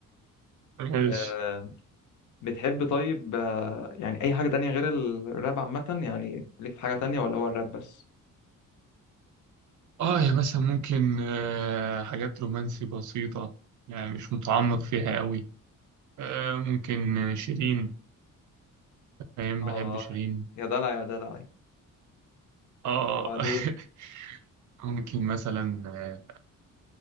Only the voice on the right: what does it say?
ماشي
اه يا مثلا ممكن آه حاجات رومانسي بسيطه يعني مش متعمق فيها قوي آه ممكن شيرين فاهم
بحب شيرين
اه
<laughs> ممكن مثلا آه،